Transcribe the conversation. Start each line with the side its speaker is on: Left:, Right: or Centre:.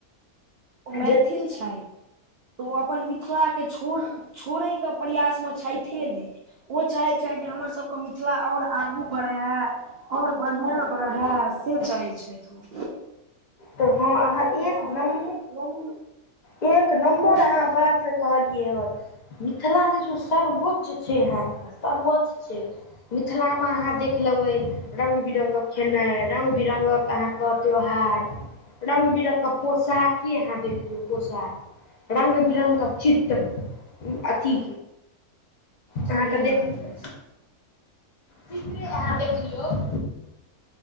Right: ओ मैथिल
Left: जे
Right: छथि तऽ ओ अपन मिथिलाके छोड़ छोड़यके प्रयासमे छथिे नहि ओ चाहैत छथि जे हमर सभके मिथिला आओर आगू बढ़य आओर बढ़िआँ बढ़ै से चाहै छथि ओ
Left: तऽ हँ अहाँ
Right: हँ
Left: एक नम
Right: <unintelligible>
Left: एक नम्बर
Right: एक
Left: अहाँ बात कहलियै हन मिथिला जे छै सर्वोच्च छै अहाँके सर्वोच्च छै मिथिलामे अहाँ देख लेबै रङ्ग बिरङ्गक खेनाई रङ्ग बिरङ्गक अहाँके त्यौहार रंग बिरंग कऽ पोशाक की अहाँ देखबे पोशाक रंग बिरंग क चित्र अथी अहाँके
Right: सही
Left: देखयो
Right: बात अछि
Left: चित्रे अहाँ देखलियौ <unintelligible>